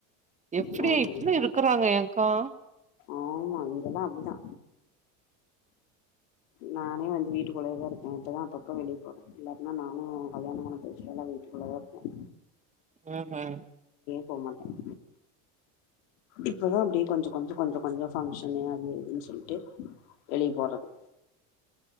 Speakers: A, on the right; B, on the left.
A: எப்புடி
B: நா அப்டி
A: எப்புடி இருக்கறாங்க எங்க்கா
B: ஆமா இங்கெல்லா அப்டிதா நானே வந்து வீட்டுக்குள்ளயே தா இருக்கேன் இப்பதா அப்பப்ப வெளிய போறே இல்லாட்டினா நானு கல்யாணோ பண்ண புதுசுலலா வீட்டுக்குள்ளதா இருப்பேன்
A: ம் ம்
B: போமாட்டேன் இப்பதா அப்டியே கொஞ்சோ கொஞ்ச கொஞ்ச கொஞ்சோ பங்ஷனு அது இதுன்னு சொல்லிட்டு வெளிய போறது